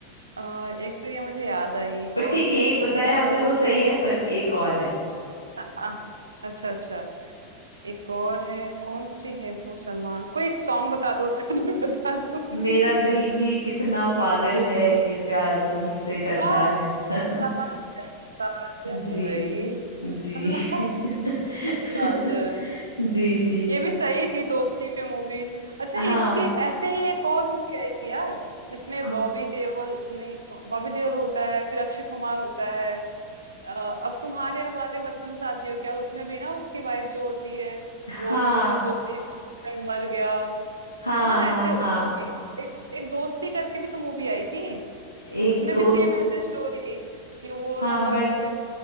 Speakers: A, on the right; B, on the left.
A: अ, एक तो ये मुझे याद आई
B: पर
A: और
B: ठीक है
A: कौन
B: एक बताया
A: सी है
B: आपने वो
A: जिस
B: सही है पर एक और है
A: आ, अच्छा अच्छा एक और है कौन सी है वो सलमान कोई एक सॉन्ग बता दो उसका तो मैं बता दूंगी
B: मेरा दिल भी कितना पागल है ये प्यार तुम ही से करता
A: Aa,
B: है <laughs>
A: साजन साजन
B: जी
A: वही <laughs>
B: जी
A: है
B: <laughs>
A: ना साजन
B: जी जी
A: ये भी सही थी दोस्ती पे मूवी अच्छा
B: हाँ
A: इसके ऐसे ही एक और मूवी आई थी यार जिसमें
B: को-
A: बॉबी देओल नहीं बॉबी देओल होता है फिर अक्षय कुमार होता है अ, अब तुम्हारे हवाले वतन साथी हो क्या उसमें भी ना उसकी वाइफ जो होती है वो
B: हाँ
A: जो सोचती है हस्बैंड मर गया
B: हाँ
A: है ना
B: हाँ
A: ऐसे वो
B: हाँ
A: भी एक एक दोस्ती करके भी तो मूवी आई थी
B: एक
A: उसमें
B: दोस्त
A: भी सेम ऐसे स्टोरी कि वो
B: हाँ
A: ना लव
B: बट
A: जिससे